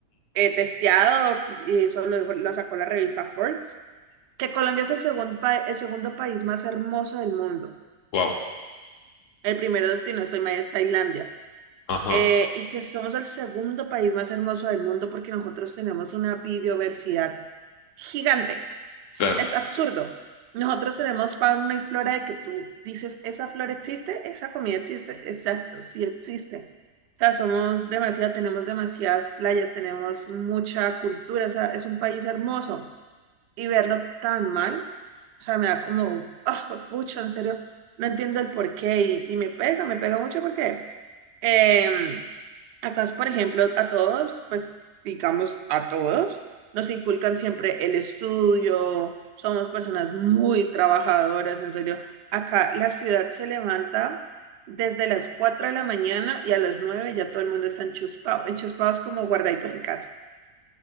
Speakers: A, on the right; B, on the left.
A: eh, testeado y eso lo dijo, lo sacó la revista Forbes, que Colombia es el segundo, el segundo país más hermoso del mundo,
B: Wow,
A: el primero, si no estoy mal, es Tailandia
B: ajá,
A: eh, y que somos el segundo país más hermoso del mundo porque nosotros tenemos una biodiversidad gigante. Es,
B: claro.
A: es absurdo. Nosotros tenemos fauna y flora de que tú dices, esa flora existe, esa comida existe, exacto, sí existe. O sea, somos demasiado, tenemos demasiadas playas, tenemos mucha cultura, o sea, es un país hermoso. Y verlo tan mal, o sea, me da como, ah, pucha, en serio, no entiendo el porqué y, y me pega, me pega mucho porque eh, acá, por ejemplo, a todos, pues digamos a todos, nos inculcan siempre el estudio, somos personas muy trabajadoras, en serio. Acá la ciudad se levanta desde las 4 de la mañana y a las 9 ya todo el mundo está enchuspado. Enchuspado es como guardaditos en casa